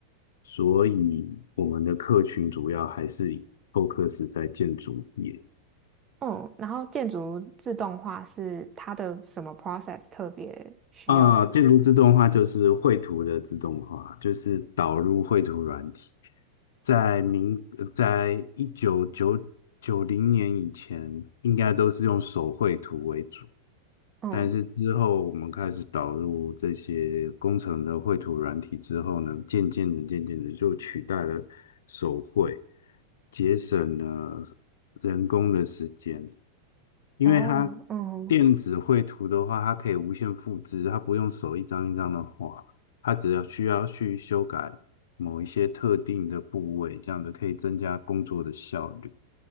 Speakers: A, on the left (about 60°); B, on the right (about 25°).
A: 所以我们的客群主要还是 f o c u 在建筑业。
B: 嗯，然后建筑自动化是它的什么 process 特别需要这
A: 啊，电路自动化就是绘图的自动化，就是导入绘图软体。在明，呃在一九九九零年以前，应该都是用手绘图为主，
B: 嗯，
A: 但是之后我们开始导入这些工程的绘图软体之后呢，渐渐的、渐渐的就取代了手绘，节省了人工的时间。因为它
B: 哦，嗯
A: 电子绘图的话，它可以无限复制，它不用手一张一张的画，它只要需要去修改某一些特定的部位，这样子可以增加工作的效率。